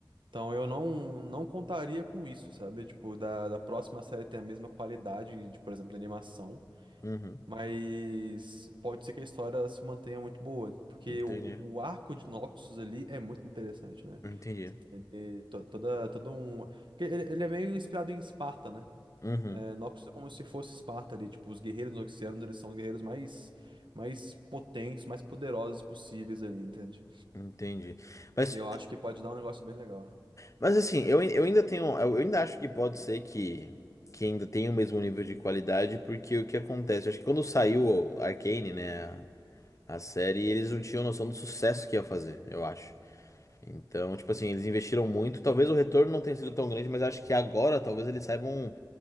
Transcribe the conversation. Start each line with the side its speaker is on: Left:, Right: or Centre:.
Right: Então eu não, não contaria com isso, sabe? Tipo, da, da próxima série ter a mesma qualidade, de, por exemplo, de animação.
Left: Uhum.
Right: Mas pode ser que a história se mantenha muito boa, porque
Left: Entendi.
Right: o, o arco de Noxus ali é muito interessante, né?
Left: Entendi.
Right: Você tem ali to- toda, todo um. que Ele, ele é meio inspirado em Esparta, né?
Left: Uhum.
Right: É, Noxus é como se fosse Esparta ali. Tipo, os guerreiros noxianos, eles são os guerreiros mais, mais potentes, mais poderosos possíveis ali, entende?
Left: Entendi. Mas,
Right: E eu acho que pode dar um negócio bem legal.
Left: mas assim, eu, ai- eu ainda tenho. Eu ainda acho que pode ser que, que ainda tenha o mesmo nível de qualidade, porque o que acontece? Acho que quando saiu o Arcane, né, a, a série, eles não tinham noção do sucesso que ia fazer, eu acho. Então, tipo assim, eles investiram muito. Talvez o retorno não tenha sido tão grande, mas acho que agora talvez eles saibam.